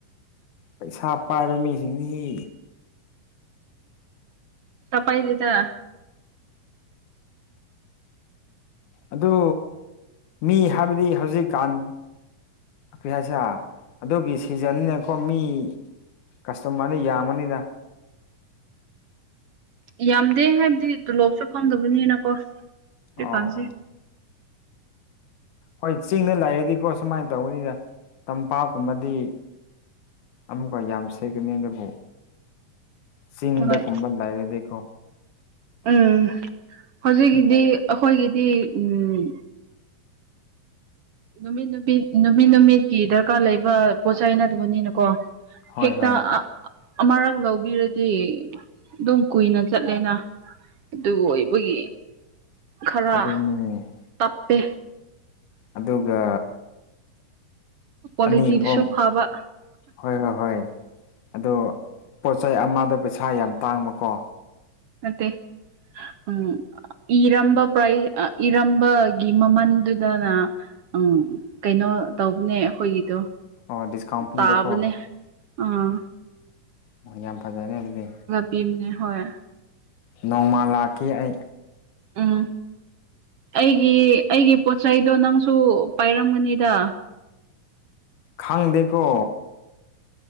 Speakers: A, on the left; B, on the right.
A: ꯄꯩꯁꯥ ꯄꯥꯏꯕ ꯃꯤꯁꯤꯡꯗꯤ ꯍꯤ
B: ꯄꯩꯁꯥ ꯄꯥꯏꯗꯦꯗ
A: ꯑꯗꯨ ꯃꯤ ꯍꯥꯏꯕꯗꯤ ꯍꯧꯖꯤꯛꯀꯥꯟ ꯀꯔꯤ ꯍꯥꯏꯁꯤꯔ ꯑꯗꯨꯒꯤ ꯁꯤꯖꯟꯅꯦꯀꯣ ꯃꯤ ꯀꯁꯇꯃꯔꯅ ꯌꯥꯝꯕꯅꯤꯗ
B: ꯌꯥꯝꯗꯦ ꯍꯥꯏꯕꯗꯤ ꯇꯣꯂꯣꯞꯁꯨ ꯐꯪꯗꯕꯅꯤꯅꯀꯣ ꯍꯧꯖꯤꯛꯀꯥꯟꯁꯦ
A: ꯑꯣ ꯑꯣ ꯍꯣꯏ ꯆꯤꯡꯗ ꯂꯩꯑꯗꯤꯀꯣ ꯁꯨꯃꯥꯏꯅ ꯇꯧꯕꯅꯤꯗ ꯇꯝꯄꯥꯛꯀꯨꯝꯕꯗꯤ ꯑꯃꯨꯛꯀ ꯌꯥꯝ ꯁꯥꯒꯅꯤ ꯑꯗꯨꯕꯨ ꯆꯤꯡꯗꯒꯨꯝꯕ
B: ꯍꯣꯏ
A: ꯂꯩꯔꯗꯤꯀꯣ
B: ꯎꯝ ꯍꯧꯖꯤꯛꯀꯤꯗꯤ
A: ꯁꯨꯝ
B: ꯑꯩꯈꯣꯏꯒꯤꯗꯤ ꯎꯝ ꯅꯨꯃꯤꯠ ꯅꯨꯃꯤꯠ ꯅꯨꯃꯤꯠ ꯅꯨꯃꯤꯠꯀꯤ ꯗꯔꯀꯥꯔ ꯂꯩꯕ ꯄꯣꯠ ꯆꯩ‌ ꯅꯠꯇꯕꯅꯤꯅꯀꯣ
A: ꯍꯣꯏ
B: ꯍꯦꯛꯇ
A: ꯍꯣꯏ
B: ꯑꯥ ꯑꯃꯔꯛ ꯂꯧꯕꯤꯔꯗꯤ ꯑꯗꯨꯝ ꯀꯨꯏꯅ ꯆꯠꯂꯦꯅ ꯑꯗꯨ ꯑꯣꯏꯕꯒꯤ ꯈꯔ
A: ꯑꯗꯨꯅꯤ
B: ꯇꯞꯄꯦ
A: ꯑꯗꯨꯒ
B: ꯀ꯭ꯋꯥꯂꯤꯇꯤꯗꯨꯁꯨ
A: ꯑꯅꯤ ꯑꯍꯨꯝ
B: ꯐꯕ
A: ꯍꯣꯏ ꯍꯣꯏ ꯍꯣꯏ ꯑꯗꯣ ꯄꯣꯠ ꯆꯩꯩ ꯑꯃꯗꯣ ꯄꯩꯁꯥ ꯌꯥꯝ ꯇꯥꯡꯕꯀꯣ
B: ꯅꯠꯇꯦ ꯎꯝ ꯏꯔꯝꯕ ꯄ꯭ꯔꯥꯏꯖ ꯏꯔꯝꯕꯒꯤ ꯃꯃꯜꯗꯨꯗꯅ ꯎꯝ ꯀꯩꯅꯣ ꯇꯧꯕꯅꯦ ꯑꯩꯈꯣꯏꯒꯤꯗꯣ
A: ꯑꯣ ꯗꯤꯁꯀꯥꯎꯟ ꯄꯤꯕꯀꯣ
B: ꯇꯥꯕꯅꯦ ꯑꯥ
A: ꯑꯣ ꯌꯥꯝ ꯐꯖꯔꯦ ꯑꯗꯨꯗꯤ
B: ꯄꯤꯅꯤ ꯍꯣꯏ
A: ꯅꯣꯡꯃꯥ ꯂꯥꯛꯀꯦ ꯑꯩ
B: ꯎꯝ ꯑꯩꯒꯤ ꯑꯩꯒꯤ ꯄꯣꯠ ꯆꯩꯗꯣ ꯅꯪꯁꯨ ꯄꯥꯏꯔꯝꯒꯅꯤꯗ
A: ꯈꯪꯗꯦꯀꯣ